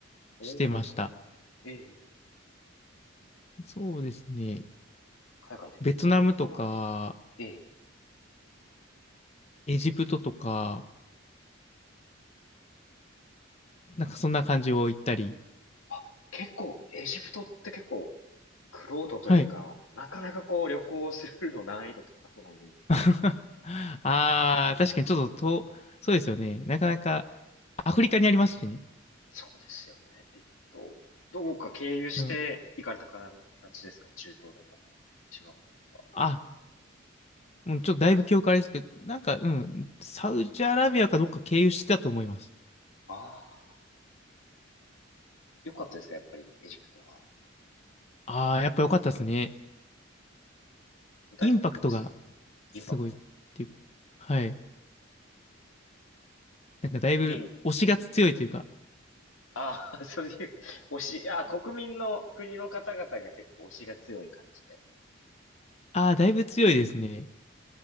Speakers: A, on the left; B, on the left.
A: おー、
B: してました。
A: ええ、
B: そうですね。
A: 海外で言うとどういうところ
B: ベトナムとか、
A: ええ、
B: エジプトとか、なんかそんな感じを行ったり
A: あ、結構、エジプトって結構、クロードというか、
B: はい。
A: なかなかこう旅行するの難易度高そうなイメージ。
B: <laughs> ああ、確かにちょっと遠、そうですよね。なかなか、アフリカにありますしね。
A: そうですよね。えっと、どこか経由して行かれた形ですかね中東とかの、
B: うん。
A: シンガポールとか。
B: あ、うん、ちょっとだいぶ記憶あれですけど、なんか、うん、サウジアラビアかどっか経由してたと思います。
A: ああ、よかったですか、やっぱりエジプトは。
B: ああ、やっぱ良かったですね。
A: 具体的に
B: インパクトがすごいっていうか。
A: インパク
B: はい。なんかだいぶ推しが強いというか、
A: ピン、うん。ああ、<laughs> そういう、推し、あー、国民の国の方々が結構推しが強い感じで。
B: ああ、だいぶ強いですね。